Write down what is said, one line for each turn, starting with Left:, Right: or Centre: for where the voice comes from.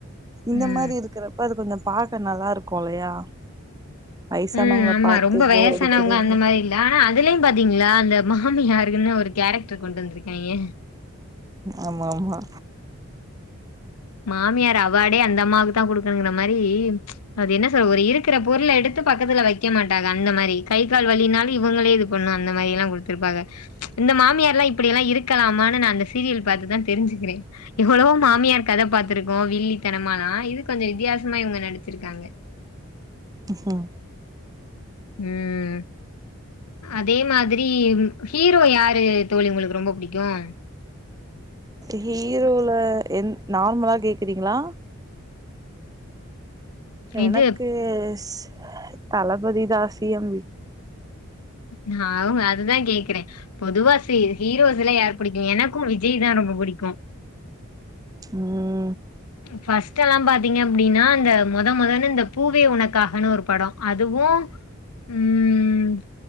Right: இந்த
Left: ம். ம்.
Right: மாரி இருக்கிறப்ப அது கொஞ்சோ பாக்க நல்லா இருக்கு இல்லையா வயசானவங்கள
Left: ம் ஆமா
Right: பாத்து
Left: ரொம்ப வயசானவங்க
Right: போர் அடிக்கிறது
Left: அந்த மாரி இல்ல ஆனா அதுலயு பாத்தீங்களா அந்த மாமியாருன்னு ஒரு கேரக்டர் கொண்டு வந்திருக்காய்ங்க
Right: ஆமா ஆமா
Left: மாமியார் அவாடே அந்த அம்மாவுக் தா குடுக்கணுங்கிற மாரி அது என்ன சொல்ற ஒரு இருக்குற பொருள எடுத் து பக்கத்துல வைக்க மாட்டாக அந்த மாறி கை கால் வலினாலு இவுங்களே இது பண்ணு அந்த மாறி எல்லா குடுத்துருப்பாக இந்த மாமியாருலா இப்டில்லா இருக்கலாமான்னு நா அந்த சீரியல் பாத்து தா தெரிஞ்சுக்கிறே எவ்ளவோ மாமியார் கத பாத்திருக்கோ வில்லித்தனமால்லா இது கொஞ்சோ வித்தியாசமா இவுங்க நடிச்சிருக்காங்க
Right: ம்
Left: ம் அதே மாதிரி ஹீரோ யாரு தோழி ஒங்களுக்கு ரொம்ப புடிக்கும்
Right: ஹீரோல எந் நார்மலா கேக்குறீங்ளா எனக்கு
Left: இது
Right: ஸ் தளபதி தா சி எம்
Left: நா அவுங் அதுதா கேக்குறே பொதுவா சி ஹீரோஸ்ல்ல யார் பிடிக்கும் எனக்கும் விஜய் தா ரொம்ப புடிக்கும்
Right: ம்
Left: ஃபர்ஸ்ட் எல்லா பாத்தீங்க அப்டின்னா இந்த மொத மொதன்னு இந்த பூவே உனக்காகன்னு ஒரு படோ அதுவு ம்